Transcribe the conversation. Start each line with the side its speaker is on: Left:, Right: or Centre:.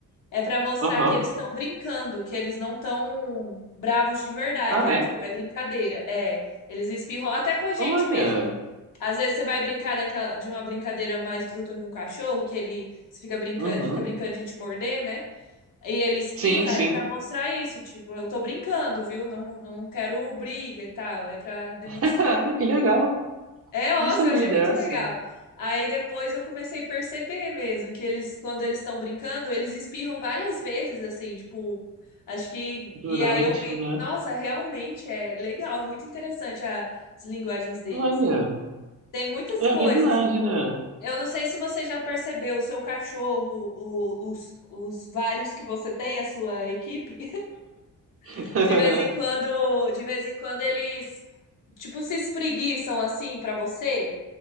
Left: É pra mostrar
Right: Aham.
Left: que eles estão brincando, que eles não estão bravos de verdade.
Right: Ah,
Left: É,
Right: é?
Left: tipo, é brincadeira. É, eles espirram até com a gente
Right: Olha.
Left: mesmo. Às vezes você vai brincar daquela, de uma brincadeira mais bruta com o cachorro, que ele você fica brincando,
Right: Uhum.
Left: ele fica brincando de te morder, né? E ele espirra,
Right: Sim, sim.
Left: é pra mostrar isso, tipo, eu tô brincando, viu? Não, não quero briga e tal, é pra demonstrar.
Right: <laughs> que legal.
Left: É, nossa,
Right: Não sabia
Left: eu achei
Right: dessa.
Left: muito legal. Aí depois eu comecei a perceber mesmo que eles, quando eles estão brincando, eles espirram várias vezes, assim, tipo, acho que.
Right: Durante,
Left: E aí eu vi,
Right: né?
Left: nossa, realmente é legal, muito interessante as linguagens deles.
Right: Olha,
Left: Tem muitas
Right: é
Left: coisas.
Right: verdade, né?
Left: Eu não sei se você já percebeu, o seu cachorro, o- os, os vários que você tem, a sua equipe,
Right: <laughs>
Left: <laughs> de vez em quando, de vez em quando eles, tipo, se espreguiçam assim pra você.